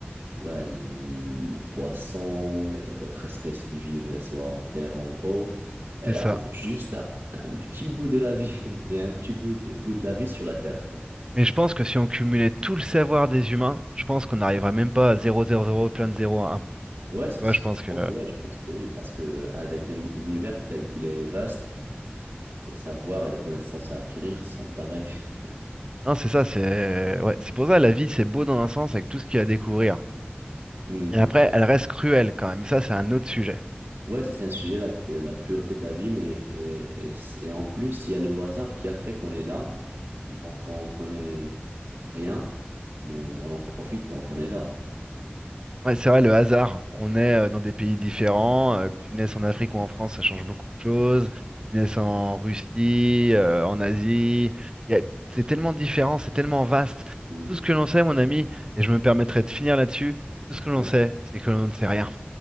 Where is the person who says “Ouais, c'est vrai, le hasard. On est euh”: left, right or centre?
Right